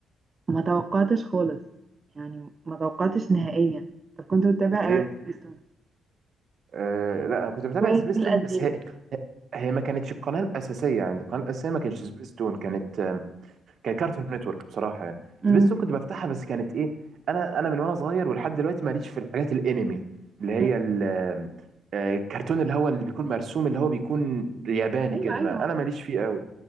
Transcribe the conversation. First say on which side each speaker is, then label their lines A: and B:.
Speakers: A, on the right; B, on the right.
A: ما توقعتش خالص يعني ما توقعتش نهائيا طب كنت بتتابع ايه
B: ليه؟
A: على سبيستون
B: آه لا انا كنت بتابع
A: شوية
B: سبيستون
A: الجيل القديم
B: بس هي هي ما كانتش القناه الاساسيه يعني القناه الاساسيه ما كانتش سبيستون كانت كان كارتون نتورك بصراحه يعني
A: أمم،
B: سبيستون كنت بفتحها بس كانت ايه انا انا من وانا صغير ولحد دلوقتي ماليش في الحاجات الانمي اللي هي
A: أمم.
B: ال- آه، الكرتون اللي هو اللي بيكون مرسوم اللي هو بيكون ياباني
A: ايوه
B: كده
A: ايوه
B: ما انا ماليش فيه قوي